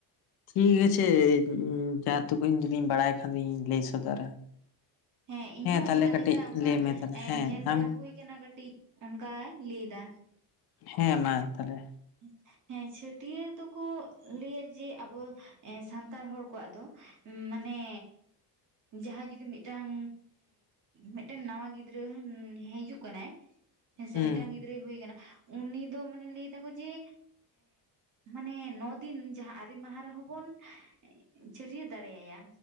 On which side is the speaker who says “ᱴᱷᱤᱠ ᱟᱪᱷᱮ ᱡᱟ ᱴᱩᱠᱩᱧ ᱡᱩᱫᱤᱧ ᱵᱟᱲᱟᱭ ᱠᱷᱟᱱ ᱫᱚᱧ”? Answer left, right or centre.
Left